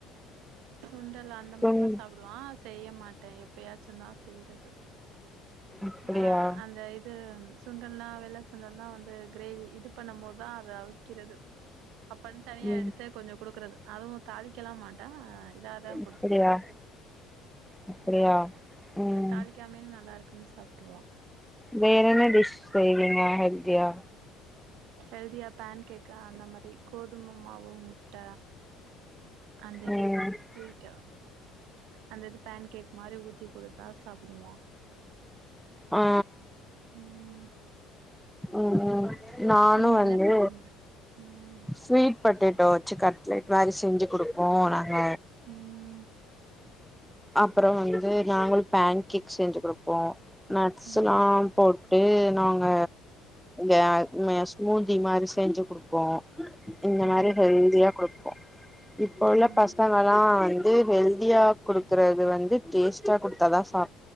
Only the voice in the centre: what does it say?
சுண்
அப்படியா
ம்
அப்படியா அப்படியா ம்
வேறென்ன டிஷ் செய்வீங்க ஹெல்தியா
ம்
ஆ
ம் நானு
வந்து
ஸ்வீட் பொட்டேட்டோ வெச்சு கட்லெட் மாரி செஞ்சு குடுப்போ நாங்க
அப்றோ வந்து நாங்களு பேன் கேக் செஞ்சு குடுப்போ நட்ஸ்ல்லா
போ ட்டு நாங்க எ மெ ஸ்மூதி மாரி செஞ்சு குடுப்போ இந்த மாரி
ஹெல்தியா குடுப்போ இப்போ
உள்ள பசங்கல்லா வந்து ஹெல் தியா குடுக்கறது வந்து டேஸ்ட்டா குடுத்தாதா சா